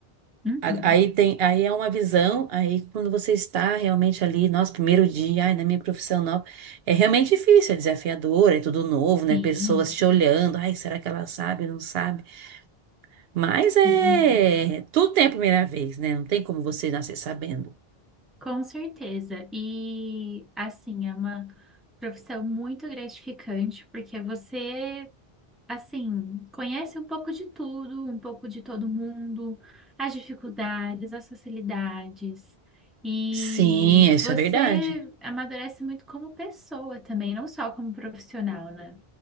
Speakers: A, in the centre; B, on the right.
A: Uhum.
B: a- aí tem, aí é uma visão, aí quando você está realmente ali, nosso primeiro dia, ai, na minha profissão nova, é realmente difícil, é desafiador, é tudo novo, né?
A: Sim,
B: Pessoas te olhando, ai, será que ela sabe, não sabe? Mas é,
A: sim,
B: tudo tem a primeira vez, né? Não tem como você nascer sabendo.
A: com certeza. E assim, é uma profissão muito gratificante, porque você, assim, conhece um pouco de tudo, um pouco de todo mundo, as dificuldades, as facilidades. E
B: Sim, isso
A: você
B: é verdade.
A: amadurece muito como pessoa também, não só como profissional, né?